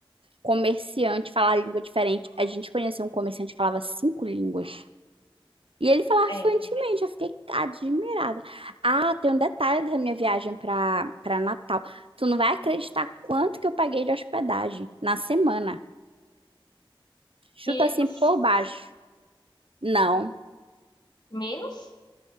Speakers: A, on the right; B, on the left.
A: comerciante falar língua diferente. A gente conheceu um comerciante que falava cinco línguas. E ele falava
B: É.
A: fluentemente, eu fiquei admirada. Ah, tem um detalhe da minha viagem para para Natal. Tu não vai acreditar quanto que eu paguei de hospedagem na semana. Chuta
B: 500?
A: assim por baixo. Não,
B: Menos?